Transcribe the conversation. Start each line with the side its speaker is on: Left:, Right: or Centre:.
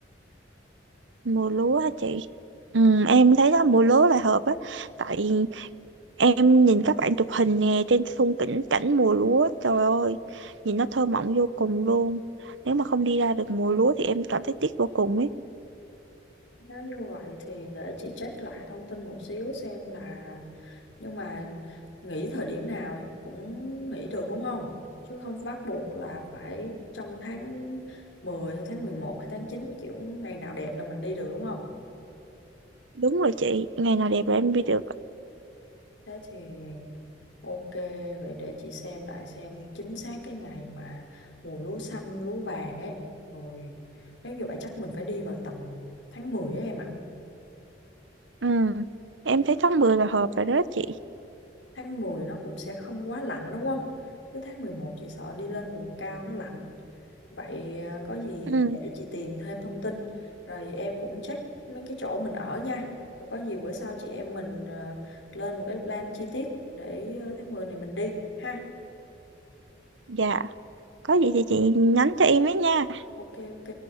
Right: mùa lúa hả chị? Ừm, em thấy đó mùa lúa là hợp á. Tại em nhìn các bạn chụp hình nè trên khung cảnh cảnh mùa lúa, trời ơi, nhìn nó thơ mộng vô cùng luôn. Nếu mà không đi ra được mùa lúa thì em cảm thấy tiếc vô cùng ấy.
Left: nếu như vậy thì để chị check lại thông tin một xíu xem là nhưng mà nghỉ thời điểm nào cũng nghỉ được đúng không chứ không bắt buộc là phải trong tháng 10 hay tháng 11 hay tháng 9 kiểu ngày nào đẹp là mình đi được đúng không
Right: Đúng rồi chị, ngày nào đẹp là em đi được.
Left: thế thì Ok, vậy để chị xem lại xem chính xác cái ngày mà mùa lúa xanh, lúa vàng ấy. Rồi, nếu như vậy chắc mình phải đi vào tầm tháng 10 á em ạ.
Right: Ừm, Em thấy tháng 10 là hợp rồi đó chị.
Left: Tháng 10 nó cũng sẽ không quá lạnh đúng không? Tới tháng 11 chị sợ đi lên vùng cao nó lạnh. Vậy ờ, có gì
Right: Ừm,
Left: để chị tìm thêm thông tin. Rồi em cũng check mấy cái chỗ mình ở nha. Rồi có gì bữa sau chị em mình ờ, lên một cái plan chi tiết để ờ, tháng 10 này mình đi ha.
Right: dạ. có gì thì chị nhắn cho em ấy nha
Left: Ok ok.